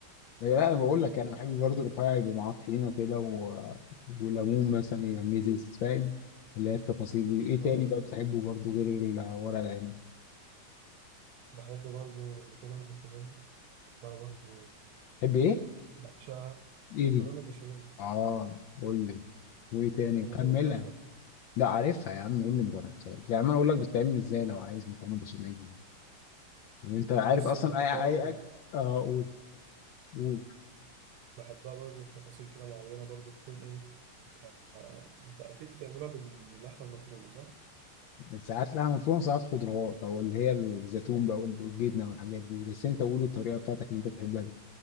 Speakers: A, on the left (about 70°); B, on the right (about 80°).
A: لا لا، انا بقول لك
B: اه
A: انا بحب
B: يكون
A: برضه رفاعي يبقى معاه طحينه كده و... وليمون مثلا يبقى ميزيز فاهم اللي هي التفاصيل دي ايه
B: اه
A: تاني بقى بتحبه برضه غير الورق العنب
B: بحب برضو المكرونه بالبشاميل بحبها برضو
A: تحب ايه
B: بعشقها
A: ايه
B: مكرونه
A: دي
B: بالبشاميل
A: اه قول لي وايه تاني
B: انت
A: كملها
B: ما جربتهاش ولا ايه؟
A: لا عارفها يا عم ايه اللي مجربتهاش يا عم انا اقول لك بتتعمل ازاي لو عايز مكرونه بشاميل دي. يعني انت عارف
B: بص
A: اصلا
B: انا بحبها
A: اي
B: برضو
A: اي أك- اه قول قول
B: بحبها برضو بتفاصيل كده معينه برضو تكون ايه آه، انت اكيد بتعملوها بال- باللحمه المفرومه صح؟
A: ساعات لها مفروم ساعات خضروات او اللي هي الزيتون بقى والجبنه والحاجات دي بس انت قول الطريقه بتاعتك اللي انت بتحبها